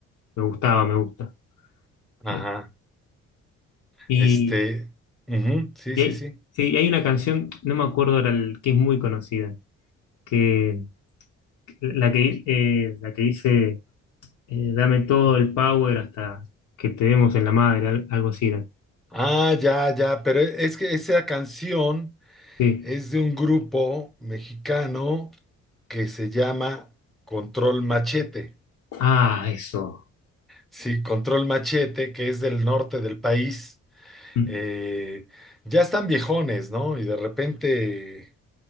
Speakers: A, on the left (about 80°); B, in the centre.
A: Me gustaba, me gusta. Eh,
B: Ajá.
A: Y,
B: Este, ujú, sí,
A: y
B: sí,
A: hay,
B: sí.
A: sí, y hay una canción, no me acuerdo ahora, el- que es muy conocida, que la que, eh, la que dice, eh, dame todo el power hasta que te demos en la madre, al- algo así era.
B: Ah, ya, ya, pero es que esa canción
A: Sí.
B: es de un grupo mexicano que se llama Control Machete.
A: Ah, eso.
B: Sí, Control Machete, que es del norte del país.
A: Mm.
B: Eh, ya están viejones, ¿no? Y de repente,